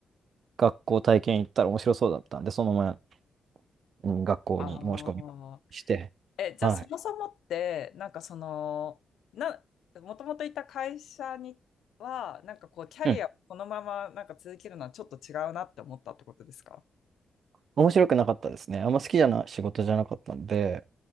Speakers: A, on the right; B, on the left.
A: 学校体験行ったら面白そうだったんで、そのまま、うん、学校に申し込みして、
B: ああ。え、じゃあそもそもって、
A: はい。
B: なんかその、な、もともといた会社には、なんかこう、キャリアをこのままなんか続けるのはちょっと違うなって思ったってことですか
A: うん面白くなかったですね。あんま好きじゃな仕事じゃなかったんで、